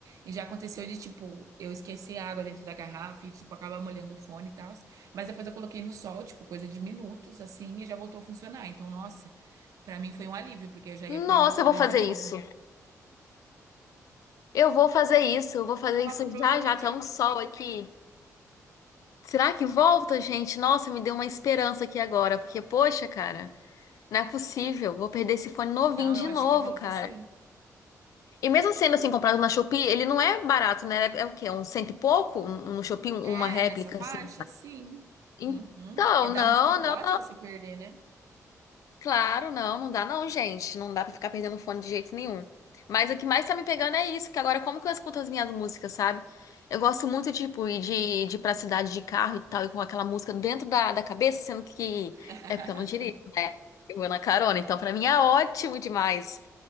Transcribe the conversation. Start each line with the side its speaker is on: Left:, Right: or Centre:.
Right: E já aconteceu de, tipo, eu esquecer a água dentro da garrafa e, tipo, acabar molhando o fone e tal. Mas depois eu coloquei no sol, tipo, coisa de minutos, assim, e já voltou a funcionar. Então, nossa, pra mim foi um alívio, porque eu já ia
Left: Nossa,
Right: perder o fone
Left: eu vou fazer
Right: de novo.
Left: isso. Eu vou fazer isso, eu vou fazer
Right: Coloca,
Left: isso
Right: provavelmente
Left: já já, tá
Right: ele
Left: um
Right: vai
Left: sol
Right: voltar a
Left: aqui.
Right: funcionar.
Left: Será que volta, gente? Nossa, me deu uma esperança aqui agora, porque, poxa, cara, não é possível. Vou perder esse fone novinho
Right: Não,
Left: de
Right: eu acho
Left: novo,
Right: que volta
Left: cara.
Right: sim.
Left: E mesmo sendo assim, comprado na Shopee, ele não é barato, né? É o quê? Um cento e pouco? Um- No Shopee, um-
Right: É,
Left: uma réplica,
Right: nessa faixa,
Left: assim.
Right: sim.
Left: Então,
Right: Uhum. É, dá
Left: não,
Right: muita dó
Left: não.
Right: de você perder, né?
Left: Claro, não, não dá não, gente. Não dá pra ficar perdendo fone de jeito nenhum. Mas o que mais tá me pegando é isso, que agora como que eu escuto as minhas músicas, sabe? Eu gosto muito, tipo, ir de, de ir pra cidade de carro e tal, e com aquela música dentro da, da cabeça, sendo que
Right: <laughs>
Left: é porque eu não dirijo, né? Eu vou na carona, então pra mim é ótimo demais.